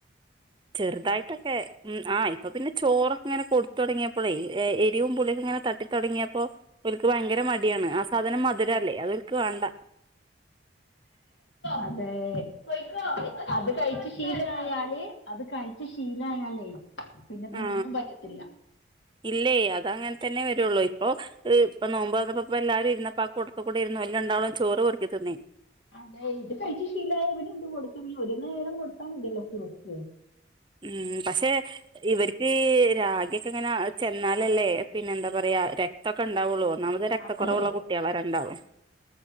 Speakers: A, on the right (about 25°); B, on the left (about 80°).
A: ചെറുതായിട്ടൊക്കെ ഉം ആ ഇപ്പൊ പിന്നെ ചോറ അങ്ങനെ കൊടുത്തൊ ടങ്ങിയപ്പോളെ എരിവും പുളിയെ ഇങ്ങനെ തട്ടിത്തടങ്ങിയപ്പോ ഓൽക്ക് ഭയര മടിയാണ് സാധനം മധുരല്ലേ അതോൽക്ക് വേണ്ട.
B: അതെ പയ്ക്കോ അത് കഴിച് <inaudible> ശീലായാലേ അത് കഴിച്ച ശീലയാലേ. പിന്നെതൊന്നും
A: ആ
B: പറ്റത്തില്ല.
A: ഇല്ലേ അതങ്ങനെ തന്നെ വരുള്ളു ഇപ്പൊ പ്പൊ നോമ്പ് പ്പോ എല്ലാരും ഇന്നപ്പാ കൊടുത്ത കൂടിരുന്നു ഓല് രണ്ടാളും ചോറ് പെർക്കി തിന്നേന്.
B: അതെ ഇത് കഴിച്ചു ശീലയ ഇവടെ എന്ത് കൊടുത്ത ഒരു നേരം കൊടുത്താൽ മതില്ലോ ഫ്രൂട്സ്.
A: ഉം പക്ഷെ ഇവർക്ക് രാഗ്യൊക്കെ എങ്ങനെ. ചെന്നാലല്ലേ പിന്നെ എന്താ പറയാ രക്തൊക്കെ ഉണ്ടാവുള്ളൂ ഒന്നാമത് രക്തക്കുറവുള്ള
B: അതെ
A: കുട്ടികള രണ്ടാളും.